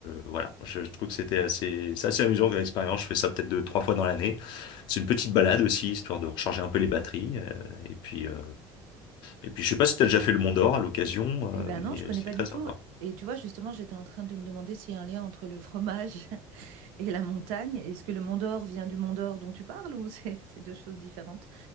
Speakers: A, on the left; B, on the right.
A: voilà je trouve que c'était assez c'est assez amusant comme expérience. Je fais ça peut-être deux trois fois dans l'année. C'est une petite balade aussi histoire de recharger un peu les batteries euh, et puis euh, et puis je sais pas si tu as déjà fait le Mont d'Or à l'occasion
B: Eh
A: euh,
B: ben
A: mais
B: non, je connais
A: c'est
B: pas
A: très
B: du
A: sympa.
B: tout. Et tu vois, justement, j'étais en train de me demander s'il y a un lien entre le fromage <laughs> et la montagne. Est-ce que le Mont d'Or vient du Mont d'Or dont tu parles ou c'est <laughs> c'est deux choses différentes?